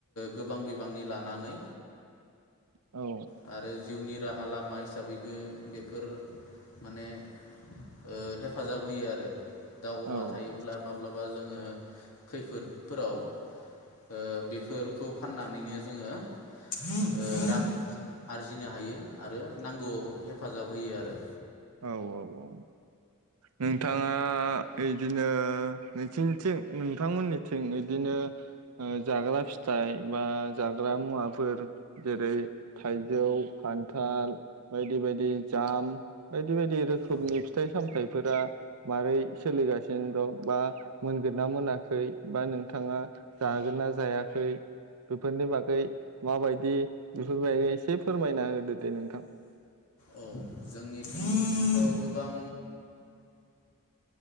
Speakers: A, on the left; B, on the right.
A: गोबां बिबांनि लानानै
B: औ
A: आरो जिउनि राहा लामा हिसाबैबो बेफोर माने ओ हेफाजाब होयो आरो दाउ अमा
B: औ
A: थायोब्ला
B: औ
A: माब्लाबा जोङो खैफोदफोराव ओ बेफोरखौ फाननानैनो जोङो ओ रां आरजिनो हायो आरो नांगौआव हेफाजाब होयो आरो
B: औ औ औ नोंथाङा इदिनो नथिंथिं नोंथांमोननिथिं इदिनो जाग्रा फिथाइ बा जाग्रा मुवाफोर जेरै थाइजौ खान्थाल बायदि बायदि जाम बायदि बायदि रोखोमनि
A: औ
B: फिथाइ सामथायाइफोरा मारै सोलिगासिनो दं बा मोनगोन ना मोनाखै बा नोंथाङा जागोन ना जायाखै बेफोरनि बागै माबायदि बेफोरबायागदि एसे फोरमायना होदो दे नोंथां
A: औ गोबां